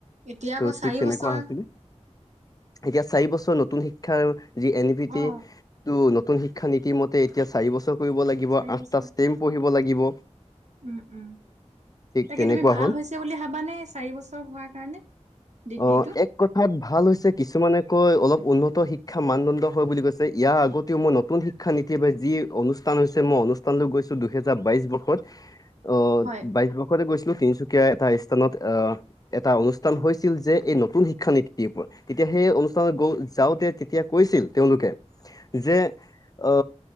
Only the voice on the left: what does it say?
ত'
ঠিক তেনেকুৱা
হৈছিলে। এতিয়া চাৰি বছৰ নতুন শিক্ষাৰ, যি এন ই ভি টি
নতুন শিক্ষা নীতি মতে এতিয়া চাৰি বছৰ কৰিব লাগিব,
আঠটা
ষ্টেম পঢ়িব লাগিব্
তেনেকুৱা
হ'ল
অ এক কথাত ভাল হৈছে কিছুমানে কৈ অলপ উন্নত শিক্ষা মানদণ্ড হয় বুলি কৈছে, ইয়াৰ আগতেও মই নতুন শিক্ষা এটিয়াপাই যি অনুষ্ঠান হৈছে মই অনুষ্ঠানলৈ গৈছো, দুহেজাৰ বাইশ বৰ্ষত অ
বাইশ বৰ্ষ গৈছিলো তিনচুকীয়া এটা স্থানত আহ এটা অনুষ্ঠান হৈছিল যে এই নতুন শিক্ষা নীতিৰ ওপৰত। তেতিয়া সেই অনুষ্ঠানত গ যাওঁতে তেতিয়া কৈছিল তেওঁলোকে যে অ